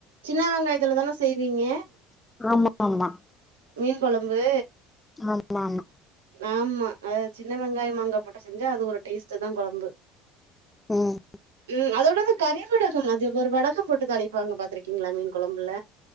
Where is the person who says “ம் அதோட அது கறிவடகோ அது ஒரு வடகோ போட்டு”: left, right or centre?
Right